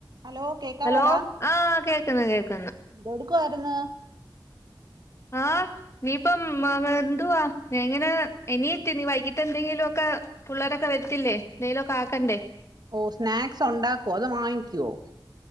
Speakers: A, on the right (about 55°); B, on the left (about 35°).
A: hello കേക്കാവോടാ
B: Hello ആഹ് കേക്കുന്നു കേക്കുന്നു
A: എന്തോടുക്കുവാരുന്നു
B: ആഹ് ഇനയിപ്പം മ എന്തുവാ ഞാൻഎങ്ങനെ എനീത്തിനി വൈകിട്ട് എന്തെങ്കിലും ഒക്കെ പുള്ളേരൊക്കെ വരത്തില്ലേ എന്തേലൊക്കെ ആക്കണ്ടേ
A: ഓഹ് സ്നാക്സ് ഒണ്ടാക്കൂവോ അതോ വാങ്ങിക്കുവോ